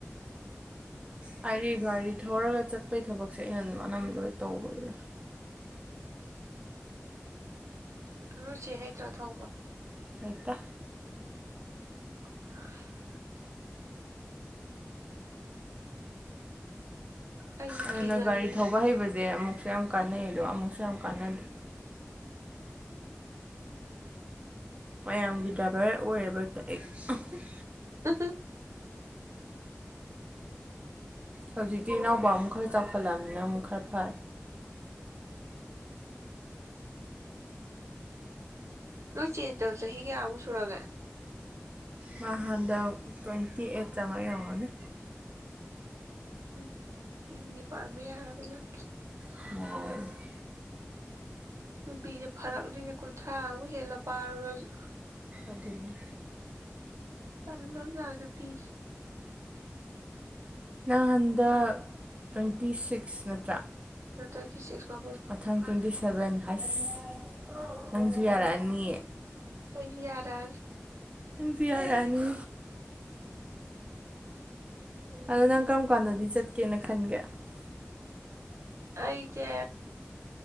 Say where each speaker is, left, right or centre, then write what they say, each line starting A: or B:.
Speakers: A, on the right; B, on the right.
A: ꯍꯥꯏꯗꯤ ꯒꯥꯔꯤ ꯊꯧꯔꯒ ꯆꯠꯄꯒꯤ ꯊꯕꯛꯁꯦ ꯑꯩꯅ ꯑꯗꯨꯝ ꯑꯅꯝꯕ ꯂꯣꯏ ꯇꯧꯕꯗꯨ
B: ꯅꯣꯏꯆꯦ ꯍꯩꯇ꯭ꯔꯥ ꯊꯧꯕ
A: ꯍꯩꯇꯦ
B: <unintelligible> ꯑꯩꯁꯨ
A: ꯑꯗꯨꯅ
B: ꯀꯤꯒꯜꯂꯤ
A: ꯒꯥꯔꯤ ꯊꯧꯕ ꯍꯩꯕꯁꯦ ꯑꯃꯨꯛꯁꯨ ꯌꯥꯝ ꯀꯥꯟꯅꯩ ꯑꯗꯣ ꯑꯃꯨꯛꯁꯨ ꯌꯥꯝ ꯀꯥꯟꯅꯗꯦ ꯃꯌꯥꯝꯒꯤ ꯗ꯭ꯔꯥꯏꯚꯔ ꯑꯣꯏꯔꯦꯕ <unintelligible>
B: ꯎꯝ <unintelligible>
A: ꯍꯧꯖꯤꯛꯇꯤ ꯏꯅꯥꯎꯕ ꯑꯃꯨꯛ ꯈꯔ ꯆꯥꯎꯈꯠꯂꯕꯃꯤꯅ ꯑꯃꯨꯛ ꯈꯔ ꯐꯔꯦ
B: ꯅꯣꯏ ꯆꯦꯗꯣ ꯆꯍꯤ ꯀꯌꯥꯃꯨꯛ ꯁꯨꯔꯒꯦ
A: ꯃ ꯍꯥꯟꯗ ꯇ꯭ꯋꯦꯟꯇꯤ ꯑꯩꯠ ꯌꯡꯉꯛꯏ ꯑꯣꯏꯔꯝꯒꯅꯤ
B: ꯎꯝ ꯌꯨꯝꯗꯤ ꯄꯥꯟꯕ ꯌꯥꯔꯕ ꯖꯥꯠꯅꯤ
A: <unintelligible>
B: ꯅꯨꯄꯤꯁꯦ ꯐꯔꯛꯅꯤꯅꯦ ꯀꯨꯟꯊ꯭ꯔꯥꯃꯨꯛ ꯍꯦꯜꯂꯒ ꯄꯥꯜꯔꯨꯔꯁꯨ
A: ꯑꯗꯨꯅꯤ
B: ꯄꯟꯣꯖꯥ ꯄꯁ
A: ꯅꯍꯟꯗꯛ ꯇ꯭ꯋꯦꯟꯇꯤ ꯁꯤꯛꯁ ꯅꯠꯇ꯭ꯔꯥ
B: ꯇ꯭ꯋꯦꯟꯤ ꯁꯤꯁ
A: ꯃꯊꯪ ꯇ꯭ꯋꯦꯟꯇꯤ ꯁꯚꯦꯟ ꯍꯥꯏꯁ ꯅꯪꯖꯨ ꯌꯥꯔꯛꯑꯅꯤ
B: ꯀ ꯌꯥꯔ
A: ꯪꯖꯤꯌꯥꯔꯅꯤ ꯑꯗꯣ ꯅꯪ ꯀꯔꯝ ꯀꯥꯟꯗꯗꯤ ꯆꯠꯀꯦꯅ ꯈꯟꯒꯦ ꯑꯦ
B: ꯑꯩꯗꯤ